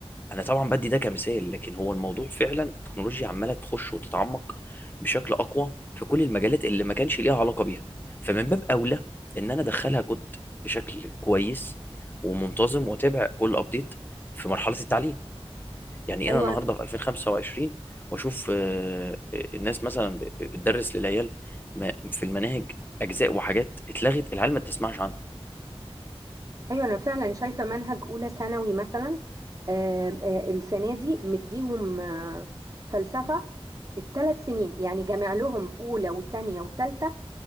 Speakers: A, on the left (about 20°); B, on the right (about 35°).
A: انا طبعا بدي ده كمثال لكن هو الموضوع فعلا التكنولوجيا عماله تخش وتتعمق بشكل اقوى في كل المجالات اللي ما كانش ليها علاقه بيها فمن باب اولى ان انا ادخلها كنت بشكل كويس ومنتظم واتابع كل ابديت في مرحله التعليم يعني
B: ايوه
A: انا النهارده في 2025 واشوف آه، آه، الناس مثلا ب- ب- بتدرس للعيال ما- في المناهج اجزاء وحاجات اتلغت العيال ما تسمعش عنها
B: ايوه انا فعلا شايفه منهج اولى ثانوي مثلا آه، آه، السنه دي مديهم آه، فلسفه الثلاث سنين يعني جامع لهم اولى وثانيه وثالثه